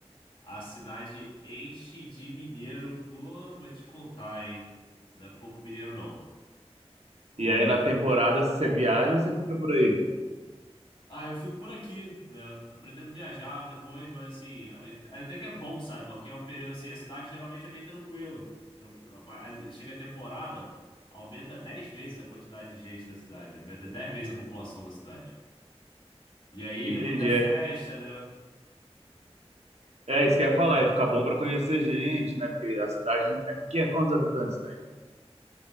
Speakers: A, on the left (about 55°); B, on the right (about 75°).
A: A cidade enche de mineiro. Pô, vou te contar, hein? Não é pouco mineiro, não. O...
B: E aí na temporada,
A: <laughs>
B: se você viaja, você fica por aí.
A: Ah, eu fico por aqui, né? Eu pretendo viajar depois, mas assim, é, é até que é bom, sabe? Porque é um período assim, a cidade geralmente é bem tranquila. Tranquila. Mas assim, chega a temporada, aumenta 10 vezes a quantidade de gente na cidade, aumenta 10 vezes a população da cidade. E aí,
B: Entendi.
A: muita festa,
B: É,
A: né?
B: é isso que eu ia falar, é ficar bom para conhecer gente, né? Porque a cidade é pequena, quantos habitantes tem?